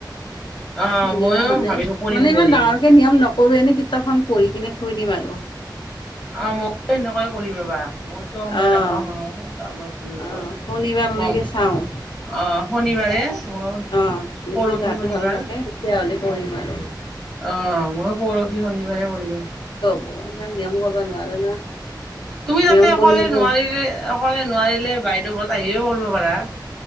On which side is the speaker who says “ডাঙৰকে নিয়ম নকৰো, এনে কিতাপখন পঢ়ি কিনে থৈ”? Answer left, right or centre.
Left